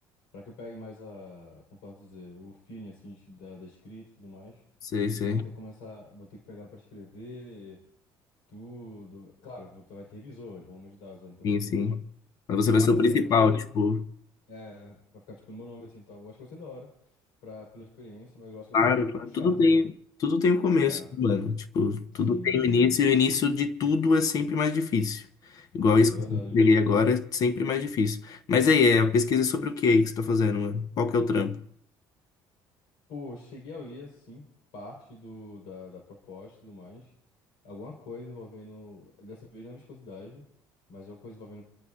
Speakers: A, on the left (about 85°); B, on the left (about 45°).
A: pra que eu pegue mais a, como posso dizer, o feeling, assim, de- da, da escrita e tudo mais.
B: Sei, sei.
A: Então, vou ter que começar, vou ter que pegar pra escrever tudo. Claro, vou, vai ter revisor, eles vão me ajudar, os orientadores
B: Sim, sim.
A: e tudo mais.
B: Mas você
A: Mas
B: vai
A: mesmo
B: ser o
A: assim,
B: principal,
A: eu acho que vai ser meio,
B: tipo,
A: é, vai ficar, tipo, no meu nome, assim, então, eu acho que vai ser da hora, pra, pela experiência, mas eu acho que
B: claro,
A: vai ser, tipo, puxado,
B: claro, tudo
A: tá
B: tem,
A: ligado?
B: tudo tem o começo,
A: É,
B: né, mano. Tipo,
A: sim,
B: tudo tem
A: sim.
B: o início, e o início de tudo é sempre mais difícil. Igual
A: Pior
B: isso
A: que é
B: que
A: verdade.
B: eu peguei agora, é sempre mais difícil. Mas aí, é, a pesquisa é sobre o que aí que você tá fazendo, mano? Qual que é o trampo?
A: Pô, eu cheguei a ler, assim, parte do, da, da proposta e tudo mais. Alguma coisa envolvendo, dessa vez não é viscosidade, mas alguma coisa envolvendo